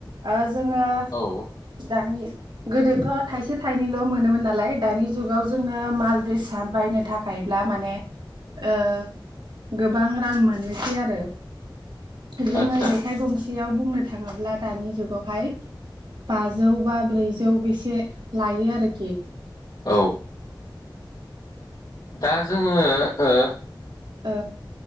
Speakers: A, on the right; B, on the left.
A: ओ जोङो
B: औ
A: दानि गोदोथ' थाइसे थाइनैल' मोनोमोन नालाय दानि जुगाव जोङो माल बेसाद बायनो थाखायब्ला माने ओ गोबां रां मोननोसै आरो जोङो
B: आदसा
A: जेखाय गंसे सेयाव बुंनो थाङोब्ला दानि जुगावहाय बाजौ बा ब्रैजौ बेसे लायो आरोखि।
B: औ दा जोङो ओ
A: ओ